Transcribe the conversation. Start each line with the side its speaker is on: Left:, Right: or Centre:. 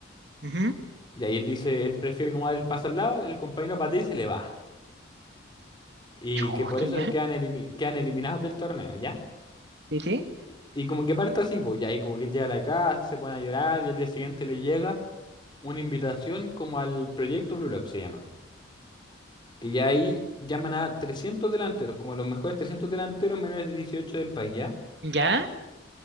Right: Ujú.
Left: Y ahí él dice, él prefiere como dar el pase al lado, el compañero patea y se le va. Y
Right: Chuta,
Left: que por eso
Right: ya.
Left: quedan, elimi- quedan eliminados del torneo, ¿ya?
Right: ¿Sí, sí?
Left: Y, y como que parto así, pues, ya, y como que él llega a la casa, se pone a llorar, y al día siguiente le llega una invitación como al proyecto Blue Lock, se llama. Que ya ahí llaman a 300 delanteros, como a los mejores 300 delanteros menores de 18 del país, ¿ya?
Right: ¿Ya?